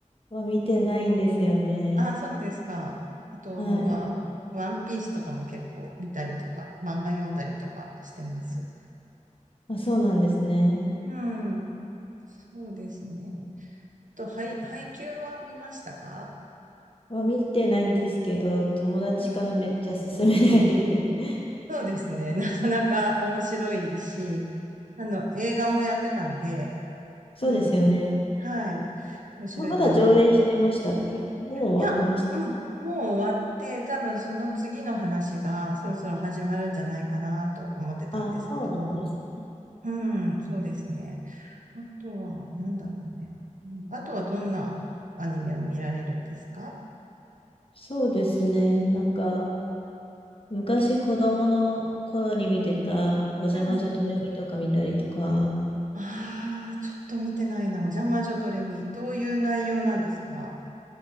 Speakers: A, on the left; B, on the right.
A: は見てないんですよね。
B: ああ、そうですか。あとは、
A: はい。
B: ワンピースとかも結構見たりとか、漫画読んだりとかしてます。
A: あ、そうなんですね。
B: うん、そうですね。と、配、配給は見ましたか
A: は見てないんですけど、友達からめっちゃ勧められてて。
B: うん
A: <laughs>
B: そうですね。なかなか面白いし、あの、映画もやってたんで、
A: そうですよね。
B: うんはい。面白いかな。
A: まだ上映してましたっけもう終わってました。
B: いや、うん。もう終わって、多分その次の話がそろそろ始まるんじゃないかなと思ってたんですけども。
A: あ、そうなんですね。
B: うん、そうですね。あとは、なんだろうね。うん、あとはどんなアニメを見られるんですか
A: そうですね。なんか、昔子供の頃に見てた、おじゃまじょドレミとか見たりとか、
B: うん。ああ、ちょっと見てないな。お邪魔女ドレミ。どういう内容なんですか